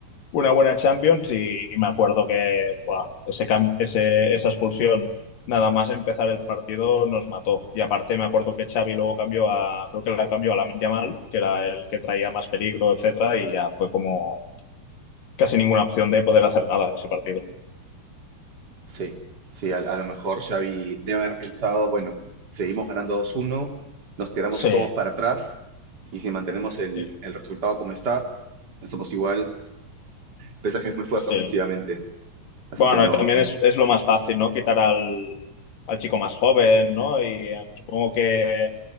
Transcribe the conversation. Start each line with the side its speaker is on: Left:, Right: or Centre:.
Left: una buena Champions y, y me acuerdo que, buah, ese, cam- ese- esa expulsión nada más empezar el partido nos mató. Y aparte me acuerdo que Xavi luego cambió a, creo que la cambió a Lamine Yamal, que era el que traía más peligro, etcétera, y ya fue como casi ninguna opción de poder hacer nada en ese partido.
Right: Sí, sí, a, a lo mejor Xavi debe haber pensado, bueno, seguimos ganando 2-1, nos tiramos
Left: Sí,
Right: todos para atrás y si mantenemos el,
Left: Sí,
Right: el resultado como está, somos igual. PSG es muy fuerte
Left: sí.
Right: ofensivamente, así
Left: Bueno,
Right: que no,
Left: y también es, es lo más fácil, ¿no? Quitar al, al chico más joven, ¿no? Y eh, supongo que,